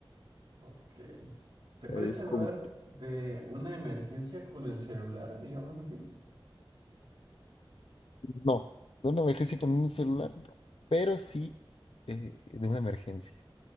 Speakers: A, on the right; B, on the left.
A: Ok. ¿Te puedes
B: Es
A: salvar
B: como,
A: de una emergencia con el celular, digamos así?
B: no, de una emergencia con un celular, no, pero sí eh, de una emergencia.